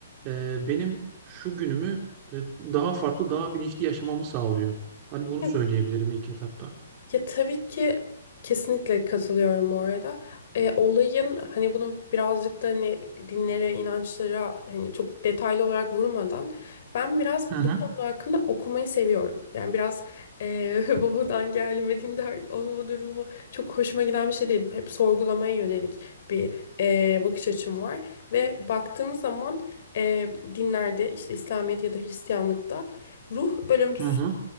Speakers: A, on the right (about 25°); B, on the left (about 55°).
A: e, benim şu günümü e, daha farklı, daha bilinçli yaşamamı sağlıyor. Hani bunu
B: Evet,
A: söyleyebilirim ilk etapta.
B: Ya tabii ki kesinlikle katılıyorum bu arada. E, olayın hani bunu birazcık da hani dinlere, inançlara hani çok detaylı olarak vurmadan ben biraz
A: Hı hı.
B: bu konu hakkında okumayı seviyorum. Yani biraz e, <laughs> babadan gelme dindar olma durumu çok hoşuma giden bir şey değil. Hep sorgulamaya yönelik bir e, bakış açım var. Ve baktığımız zaman e, dinlerde işte İslamiyet ya da Hristiyanlıkta ruh ölümsüz.
A: Hı hı.